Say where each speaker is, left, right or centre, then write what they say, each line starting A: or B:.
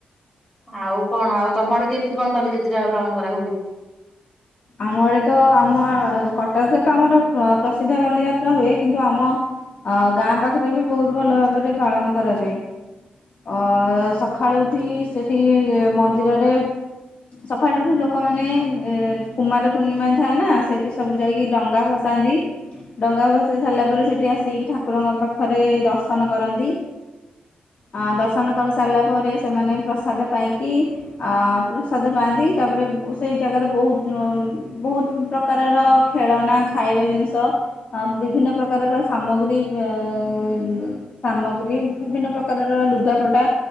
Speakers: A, on the left; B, on the left.
A: ଆଉ କଣ ଆଉ ତୋମ ଆଡେ କେମିତି କଣ ବାଲିଯାତ୍ରା ପାଳନ କରା ହୁଏ?
B: ଆମ ଆଡ଼େ ତ ଆମ କଟକରେ ତ ଆମର ଅ, ପ୍ରସିଦ୍ଧ ବାଲିଯାତ୍ରା ହୁଏ, କିନ୍ତୁ ଆମ ଅ, ଗାଁ ପାଖରେ ବି ବହୁତ ଭଲ ଭାବରେ ପାଳନ କରାଯାଏ, ଅ, ସଖାଳୁ ଉଠି ସେଠି ଏ- ମନ୍ଦିରରେ ସଖାଳୁ ଉଠି ଲୋକମାନେ ଯେ କୁମାର ପୂର୍ଣ୍ଣିମା ଥାଏ ନା ସେଇଠି ସବୁ ଯାଇକି ଡଙ୍ଗା ଭସାନ୍ତି, ଡଙ୍ଗା ଭସେଇ ସାରିଲା ପରେ ସେଠି ଆସିକି ଠାକୁରଙ୍କ ପାଖରେ ଦର୍ଶନ କରନ୍ତି, ଆ, ଦର୍ଶନ କରିସାରିଲା ପରେ ସେମାନେ ପ୍ରସାଦ ପାଇକି ଆ, ପ୍ରସାଦ ପାଆନ୍ତି ତାପରେ ସେଇ ଜାଗାରେ ବହୁତ ଅମ୍- ବହୁତ ପ୍ରକାରର ଖେଳନା, ଖାଇବା ଜିନିଷ ଅ, ବିଭିନ୍ନ ପ୍ରକାରର ସାମଗ୍ରୀ ବେ-ଉନ-ସାମଗ୍ରୀ ବିଭିନ୍ନ ପ୍ରକାରର ଲୁଗାପଟା,